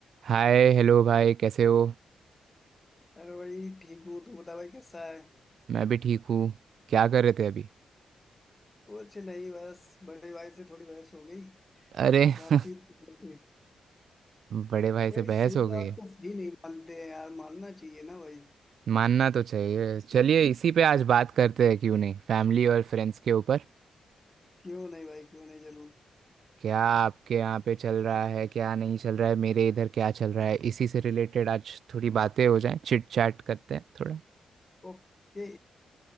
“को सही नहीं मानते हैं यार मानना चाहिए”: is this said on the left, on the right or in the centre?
Left